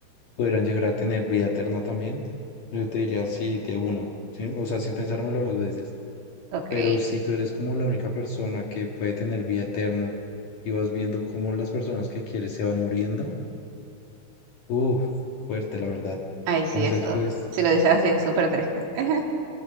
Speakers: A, on the left; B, on the right.
A: pudieran llegar a tener vida eterna también, yo te diría sí, de una. ¿sí? O sea, sin pensármelo dos veces.
B: Ok,
A: Pero si tú eres como la única persona que puede tener vida eterna y vas viendo cómo las personas que quieres se van muriendo, Uf, fuerte, la verdad.
B: ay sí,
A: Entonces,
B: eso.
A: pues,
B: Si lo dices así es súper triste. <laughs>